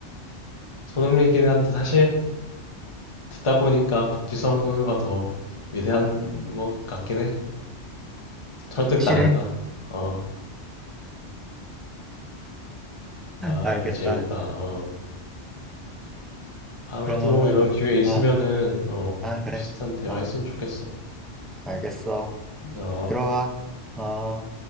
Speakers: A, on the left (about 30°); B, in the centre.
A: 손흥민이긴 한데 사실 듣다 보니까 박지성 선수가 더 위대한 것 같긴 해. 설득당했다.
B: 확실해?
A: 어, 아,
B: 알겠다.
A: 이거 재밌다. 어, 다음에
B: 그러면은
A: 또 이런 기회 있으면은
B: 아
A: 어,
B: 아, 그래.
A: 비슷한 대화
B: 어,
A: 했으면 좋겠어.
B: 알겠어.
A: 어.
B: 들어가. 어.